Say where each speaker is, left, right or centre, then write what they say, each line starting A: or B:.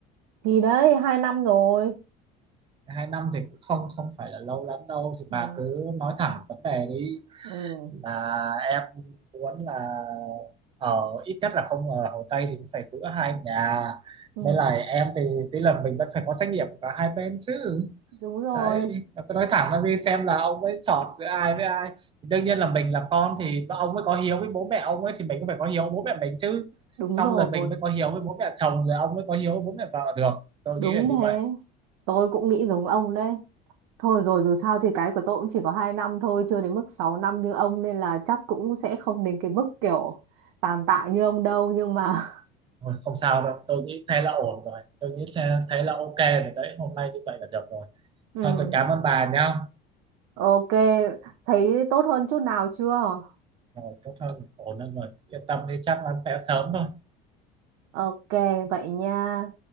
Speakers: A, on the right; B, on the right.
A: thì đấy hai năm rồi
B: hai năm thì cũng không không phải là lâu lắm đâu thì
A: Ừ.
B: bà cứ nói thẳng vấn đề đi
A: Ừ,
B: là em muốn là ở ít nhất là không ở Hồ Tây thì cũng phải giữa hai nhà
A: ừ,
B: nên là em thì tí là mình vẫn phải có trách nhiệm của cả hai bên chứ
A: đúng rồi,
B: đấy tôi nói thẳng là gì xem là ông ấy chọn giữa ai với ai thì đương nhiên là mình là con thì ông mới có hiếu với bố mẹ ông ấy thì mình cũng phải có hiếu với bố mẹ mình chứ
A: đúng
B: xong
A: rồi,
B: rồi mình mới có hiếu với bố mẹ chồng rồi ông mới có hiếu với bố mẹ vợ được tôi
A: đúng
B: nghĩ là như
A: thế.
B: vậy
A: Tôi cũng nghĩ giống ông đấy. Thôi rồi dù sao thì cái của tôi cũng chỉ có 2 năm thôi, chưa đến mức 6 năm như ông nên là chắc cũng sẽ không đến cái mức kiểu tàn tạ như ông đâu nhưng mà
B: Thôi, không sao đâu tôi nghĩ thế là ổn rồi tôi nghĩ thế, thế là ok rồi đấy hôm nay như vậy là được rồi
A: <laughs> ừ,
B: thôi tôi cảm ơn bà nhá
A: ok, thấy tốt hơn chút nào chưa?
B: rồi tốt hơn ổn hơn rồi yên tâm đi chắc là sẽ sớm thôi
A: Ok, vậy nha.